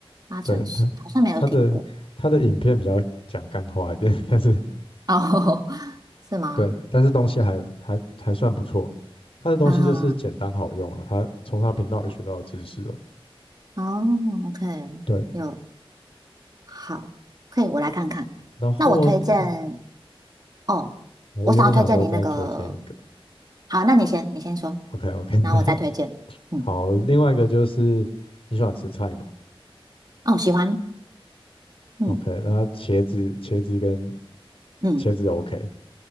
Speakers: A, on the right; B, on the left.
A: 阿陈师好像没有听过，
B: 对他他的他的影片比较讲干话一点，<laughs> 但是
A: 哦，<laughs> 是吗？
B: 对，但是东西还还还算不错，他的东西就是简单好用啊，
A: 啊，
B: 他从他频道也学到知识了，
A: 哦，OK，
B: 对，
A: 有，好，可以，我来看看。
B: 然后嗯
A: 那我推荐，哦，
B: 我原本想说再推荐一个
A: 我想要推荐你那个，好，那你先，你先说，
B: ，OK OK，
A: 然后我再推荐。
B: <laughs>
A: 嗯，
B: 好，另外一个就是你喜欢吃菜吗？
A: 哦，喜欢，嗯
B: OK，那茄子、茄子跟
A: 嗯
B: 茄子 OK，